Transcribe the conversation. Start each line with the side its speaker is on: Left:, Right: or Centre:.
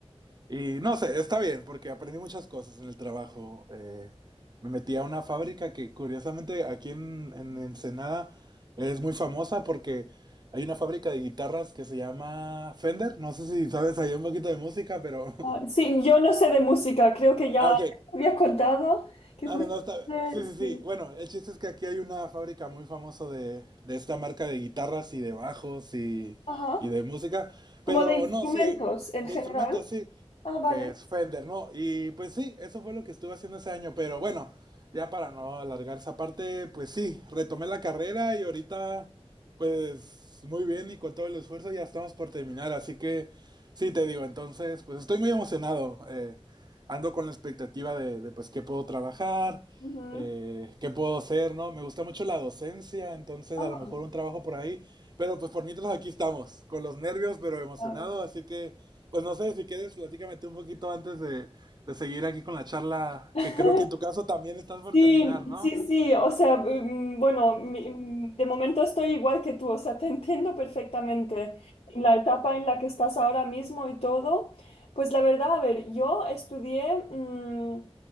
Right: Y no sé, está bien, porque aprendí muchas cosas en el trabajo. Eh, me metí a una fábrica que curiosamente aquí en, en Ensenada es muy famosa porque hay una fábrica de guitarras que se llama Fender. No sé si sabes ahí un poquito de música, pero... <laughs>
Left: Ah, sí, yo no sé de música, creo que ya
Right: Ah, ok.
Left: había contado que
Right: No,
Left: justamente,
Right: no, no, está... Sí, sí, sí.
Left: sí.
Right: Bueno, el chiste es que aquí hay una fábrica muy famosa de, de esta marca de guitarras y de bajos y,
Left: Ajá.
Right: y de música.
Left: Como
Right: Pero
Left: de instrumentos
Right: no, sí, eh,
Left: en
Right: de
Left: general.
Right: instrumentos, sí.
Left: Ah, vale.
Right: que es Fender, ¿no? Y pues sí, eso fue lo que estuve haciendo ese año, pero bueno, ya para no alargar esa parte, pues sí, retomé la carrera y ahorita, pues muy bien y con todo el esfuerzo ya estamos por terminar, así que sí, te digo, entonces, pues estoy muy emocionado, eh, ando con la expectativa de, de, pues qué puedo trabajar,
Left: Ujú.
Right: eh, qué puedo hacer, ¿no? Me gusta mucho la docencia, entonces
Left: Ah,
Right: a lo mejor un trabajo por ahí, pero pues por mientras aquí estamos, con los nervios, pero emocionado,
Left: claro.
Right: así que... Pues no sé, si quieres, platícame tú un poquito antes de, de seguir aquí con la charla,
Left: <laughs>
Right: que creo que en tu caso también estás por
Left: Sí,
Right: terminar, ¿no?
Left: sí, sí, o sea, mm, bueno, mi- mm, de momento estoy igual que tú, o sea, te entiendo perfectamente en la etapa en la que estás ahora mismo y todo. Pues la verdad, a ver, yo estudié, mm,